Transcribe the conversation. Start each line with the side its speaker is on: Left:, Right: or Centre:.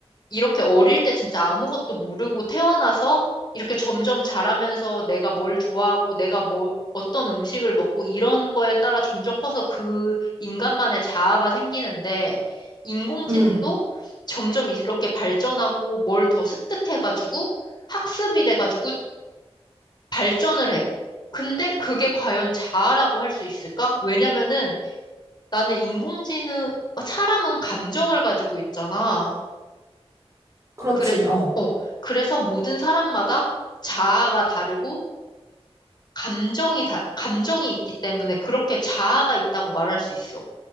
Left: 이렇게 어릴 때 진짜 아무것도 모르고 태어나서 이렇게 점점 자라면서 내가 뭘 좋아하고 내가 뭘 어떤 음식을 먹고 이런 거에 따라 점점 커서 그 인간만의 자아가 생기는데 인공지능도
Right: 응.
Left: 점점 이렇게 발전하고 뭘 더 습득해가지고 학습이 돼가지고 발전을 해. 근데 그게 과연 자아라고 할 수 있을까? 왜냐면은 나는 인공지능, 사람은 감정을 가지고 있잖아.
Right: 그렇지,
Left: 그래,
Right: 어.
Left: 어, 그래서 모든 사람마다 자아가 다르고 감정이 다, 감정이 있기 때문에 그렇게 자아가 있다고 말할 수 있어.